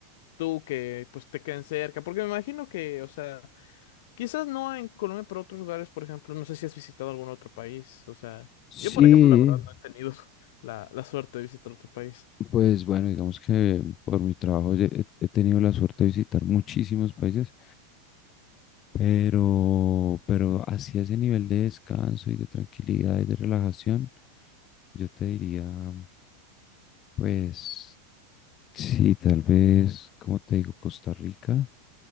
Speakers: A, on the left; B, on the left.
A: tú que pues te queden cerca, porque me imagino que, o sea, quizás no en Colombia, pero otros lugares, por ejemplo, no sé si has visitado algún otro país, o sea,
B: Sí,
A: yo por ejemplo, la verdad no he tenido <laughs> la, la suerte de visitar otro país.
B: pues bueno, digamos que por mi trabajo he, he- he tenido la suerte de visitar muchísimos países, pero, pero así a ese nivel de descanso y de tranquilidad y de relajación, yo te diría, pues Sí, tal vez, como te digo, Costa Rica,